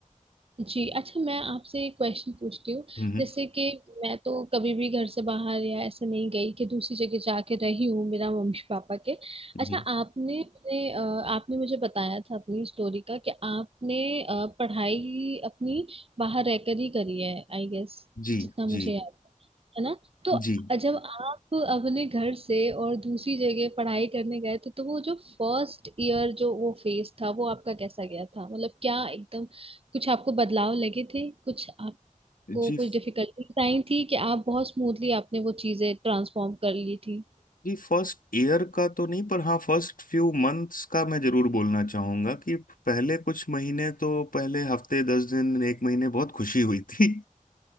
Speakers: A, on the right; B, on the left.
A: जी अच्छा मैं आपसे एक क्वेश्चन पूछती हूँ
B: हम्म
A: जैसे कि मैं तो कभी भी घर से बाहर या ऐसे नहीं गई कि दूसरी जगह जाके रही हूँ मेरा मम्मी पापा के अच्छा
B: हम्म
A: आपने अपने अ, आपने मुझे बताया था अपनी स्टोरी का कि आपने अ, पढ़ाई अपनी बाहर रहकर ही करी है आई गेस
B: जी
A: जितना
B: जी
A: मुझे याद है है ना तो
B: जी
A: जब आप अपने घर से और दूसरी जगह पढ़ाई करने गए थे तो वो जो फर्स्ट ईयर जो वो फेज था वो आपका कैसा गया था मतलब क्या एकदम कुछ आपको बदलाव लगे थे कुछ आपको
B: जी
A: कुछ डिफिकल्टीज आई थी कि आप बहुत स्मूथली आपने वो चीजें ट्रांसफॉर्म कर ली थी
B: जी फर्स्ट ईयर का तो नहीं पर हाँ फर्स्ट फ्यू मंथ्स का मैं जरूर बोलना चाहूंगा कि पहले कुछ महीने तो पहले हफ्ते दस दिन एक महीने बहुत खुशी हुई थी